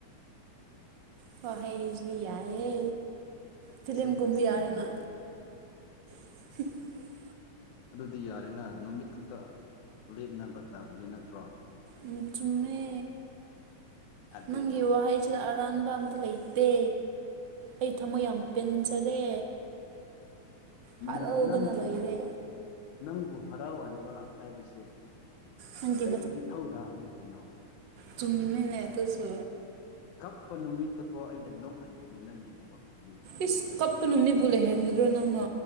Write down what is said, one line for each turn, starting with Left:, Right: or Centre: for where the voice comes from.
Right: ꯐꯍꯩꯖꯨ ꯌꯥꯏꯍꯦ ꯐꯤꯂꯝꯀꯨꯝꯕ
Left: ꯑꯁꯦꯡꯕꯅꯤ
Right: ꯌꯥꯔꯦꯅ
Left: ꯀꯩꯅꯣ
Right: <unintelligible>
Left: ꯑꯗꯨꯗꯤ ꯌꯥꯔꯦꯅ ꯅꯨꯃꯤꯠ ꯈꯛꯇ ꯂꯦꯞꯅꯕ ꯇꯥꯕꯅꯤ ꯅꯠꯇ꯭ꯔꯣ
Right: ꯎꯝ ꯆꯨꯝꯃꯦ
Left: ꯑꯗꯨꯅꯤ
Right: ꯅꯪꯒꯤ ꯋꯥꯍꯩ ꯁꯤꯗ ꯑꯔꯥꯟꯕ ꯑꯝꯇ ꯂꯩꯇꯦ ꯑꯩ ꯊꯃꯣꯏ ꯌꯥꯝ ꯄꯦꯟꯖꯔꯦ ꯍꯔꯥꯎꯕꯅ
Left: ꯅ ꯅꯪꯕꯨ
Right: ꯂꯣꯏꯔꯦ
Left: ꯅꯪꯕꯨ ꯍꯔꯥꯎꯍꯟꯕ ꯍꯥꯏꯕꯁꯦ
Right: ꯅꯪꯒꯤ
Left: ꯑꯩꯒꯤ ꯏꯊꯧꯗꯥꯡꯅꯦ ꯀꯩꯅꯣ
Right: ꯆꯨꯝꯃꯦꯅꯦ ꯑꯗꯨꯁꯨ
Left: ꯀꯞꯄ ꯅꯨꯃꯤꯠꯇꯨꯐꯥꯎ ꯑꯩꯅ ꯅꯣꯛꯍꯟꯒꯅꯤ ꯅꯪꯒꯤꯗꯃꯛꯇꯗꯤ
Right: ꯏꯁ ꯀꯞꯄ ꯅꯨꯃꯤꯠꯄꯨ ꯂꯩꯍꯟꯒꯗ꯭ꯔꯣ ꯅꯪꯅꯣ